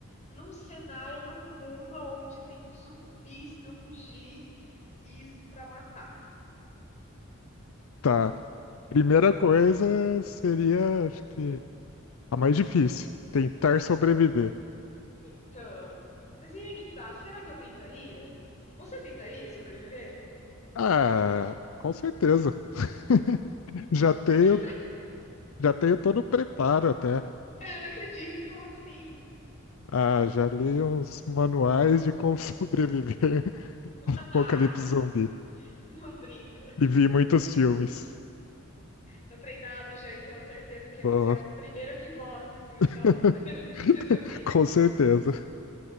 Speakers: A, on the left (about 35°); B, on the left (about 75°).
A: num cenário, num mundo onde tem zumbis pra eu fugir e pra matar.
B: Tá. Primeira coisa seria, acho que a mais difícil, tentar sobreviver.
A: Então, mas aí é que tá. Será que eu tentaria? Você tentaria sobreviver?
B: Ah, com certeza. <laughs> Já tenho,
A: Por quê? Será...
B: já tenho todo o preparo até.
A: É, não acredito. Como assim?
B: Ah, já li uns manuais de como <laughs> sobreviver
A: <laughs>
B: ao apocalipse zumbi
A: Não brinca.
B: e vi muitos filmes.
A: Tá treinado já, então certeza que
B: Tô-
A: você é o primeiro que morre se começar
B: <laughs>
A: o apocalipse <laughs> zumbi.
B: Com certeza.